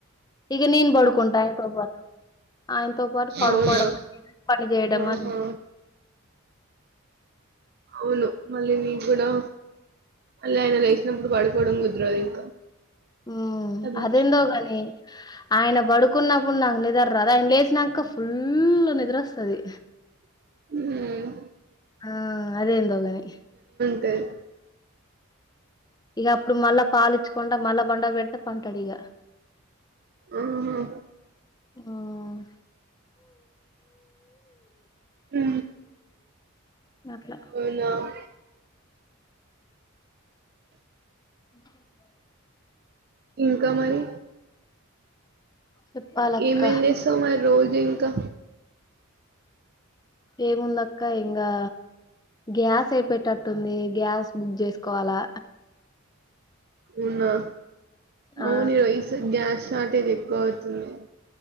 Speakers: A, on the left (about 20°); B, on the right (about 50°).
A: ఇగా నీను పడుకుంటా ఆయనతో పాటు ఆయనతో పాటు పడుకోవడం
B: అవునా
A: పని చేయడంది
B: ఆహా
A: అంత్
B: అవును మళ్లీ నీగుడా అలా అయినా లేచినప్పుడు పడుకోవడం కుదరదు ఇంకా
A: ఉ
B: కదా
A: అదెందోగనీ ఆయన పడుకున్నప్పుడు నాకు నిద్ర రాదు ఆయన లేసినంక ఫుల్ లు నిద్రొస్తది
B: ఊ
A: ఆ అదేందోగాని
B: <inaudible>
A: ఇగ అప్పుడు మల్ల పాలీచ్చుకుండా మల్ల బండ పెడితే పంటాడు ఇగ
B: ఆహా
A: హ్మ్.
B: ఉ
A: అట్లా
B: అవునా <inaudible>
A: <inaudible>
B: ఇంకా మరి
A: చెప్పాలక్క
B: ఏమేంజెసావ్ మరి రోజు ఇంకా
A: ఏముందక్క ఇంగా గ్యాస్ అయిపోటట్టుంది గ్యాస్ బుక్ చేసుకోవాలా
B: ఉనా అవును
A: ఆ!
B: రైస్ గ్యాస్ తా టేజ్ ఎక్కువఅవుతుంది